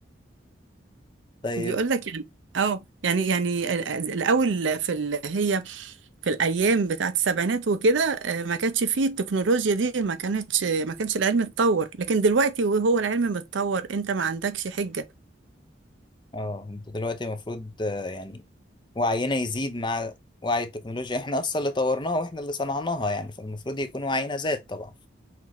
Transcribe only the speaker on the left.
طيب
اه انت دلوقتي المفروض آه، يعني وعينا يزيد مع وعي التكنولوجيا احنا اصلا اللي طورناها واحنا اللي صنعناها يعني فالمفروض يكون وعينا زاد طبعا